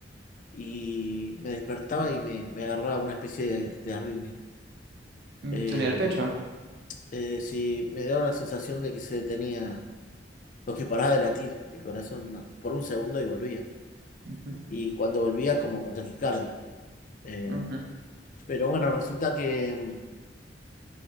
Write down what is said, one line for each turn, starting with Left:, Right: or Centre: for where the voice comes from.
Left: y me despertaba y me, me agarraba una especie de, de arritmia.
Right: ujú,
Left: Eh,
Right: Te olía el pecho.
Left: eh, sí, me daba la sensación de que se detenía, lo que paraba de latir el corazón na- por un segundo y volvía.
Right: Ujú,
Left: Y cuando volvía, como con taquicardia. Eh,
Right: ujú.
Left: pero bueno, resulta que. em,